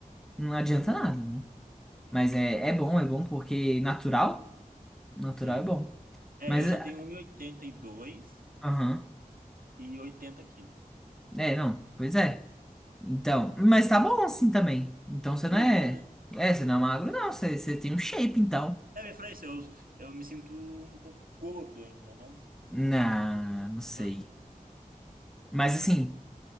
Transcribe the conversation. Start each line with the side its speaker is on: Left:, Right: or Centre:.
Centre: não adianta nada, né? Mas é, é bom, é bom porque natural, natural
Right: sim.
Centre: é bom.
Right: É,
Centre: Mas,
Right: eu já
Centre: é-
Right: tenho 1,82
Centre: aham,
Right: e 80 quilos.
Centre: É, não, pois é. Então, mas tá bom assim também. Então você
Right: Não,
Centre: não é.
Right: tá. né?
Centre: É, você não é magro, não. Você, você tem um shape, então.
Right: É, eu falei isso, eu, eu me sinto um pouco gordo ainda, mas
Centre: Não, não sei.
Right: vai.
Centre: Mas assim,